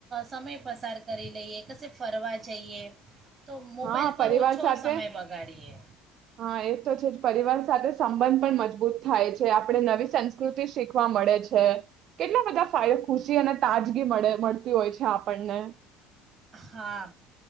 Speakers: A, on the right; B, on the right.
A: સમય પસાર કરી લઈએ કશે ફરવા જઈએ તો મોબાઈલ
B: હા પરિવાર
A: પર ઓછો
B: સાથે
A: સમય બગાડીએ
B: હા એ તો છે જ પરિવાર સાથે સંબંધ પણ મજબૂત થાય છે છે આપણે નવી સંસ્કૃતિ શીખ વા મળે જે કેટલા બધા ફાય ખુશી અને તાજ ગી મળે મળતી હોય છે આપણને
A: હા